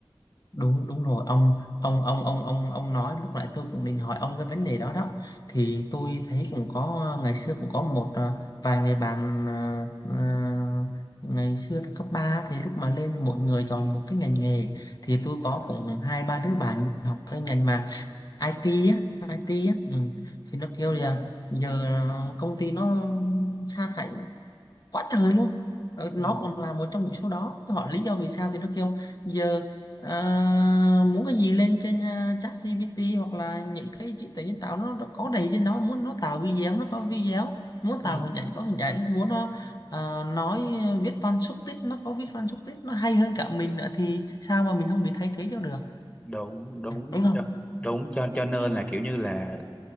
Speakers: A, on the left (about 45°); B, on the left (about 15°).
A: đúng đúng rồi ông ông ông ông ông ông nói lúc nãy tôi cũng định hỏi ông cái vấn đề đó đó thì tôi thấy cũng có ngày xưa cũng có một à, vài người bạn à, à, ngày xưa thì cấp 3 thì lúc mà lên thì mỗi người chọn một cái ngành nghề thì tôi có cũng hai ba đứa bạn học cái ngành mà IT á IT á ừ. thì nó kêu là giờ công ty nó sa thải quá trời luôn Ờ,
B: ừ,
A: nó cũng là một trong những số đó tôi hỏi lý do vì sao thì nó kêu giờ à, muốn cái gì lên trên uh, ChatGPT hoặc là những cái trí tuệ nhân tạo nó, nó có đầy trên đó muốn nó tạo video nó có video muốn
B: ừ.
A: tạo hình ảnh có hình ảnh muốn nó à, nói ờ, viết văn xúc tích nó có viết văn xúc tích nó hay hơn cả mình nữa thì sao mà mình không bị thay thế cho được
B: đúng đúng
A: đúng không
B: cho- đúng cho cho nên là kiểu như là